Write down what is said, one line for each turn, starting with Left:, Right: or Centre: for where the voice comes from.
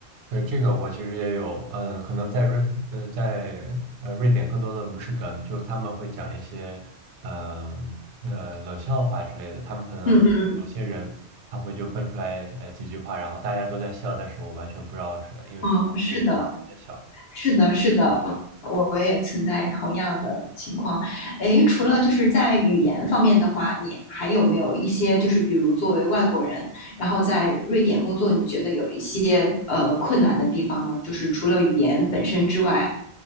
Right: 对，这个我其实也有，嗯，可能在瑞呃在呃瑞典更多的不是梗，就是他们会讲一些嗯呃，呃冷笑话之类的，他们可能就有些人他会就蹦出来呃几句话，
Left: 嗯
Right: 然后大家都在笑，但是我完全不知道是因为为什么在笑。
Left: 嗯嗯，是的，是的，是的，我我也存在同样的情况。诶，除了就是在语言方面的话，你还有没有一些就是比如作为外国人，然后在瑞典工作，你觉得有一些呃困难的地方呢？就是除了语言本身之外。